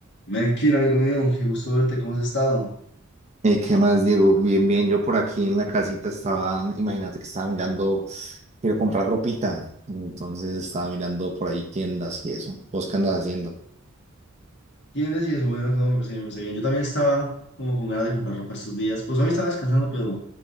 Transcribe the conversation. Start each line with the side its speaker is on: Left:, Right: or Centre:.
Left: Melkin, amigo mío, qué gusto verte, ¿cómo has estado?
Right: Eh, ¿qué más, Diego? Bien, bien, yo por aquí en la casita estaba, imagínate que estaba mirando, quiero comprar ropita, entonces estaba mirando por ahí tiendas y eso. ¿Vos qué andas haciendo?
Left: ¿Quién decís eso? Bueno, no, me parece bien, me parece bien. Yo también estaba como con ganas de comprar ropa estos días. Pues hoy estaba descansando, pero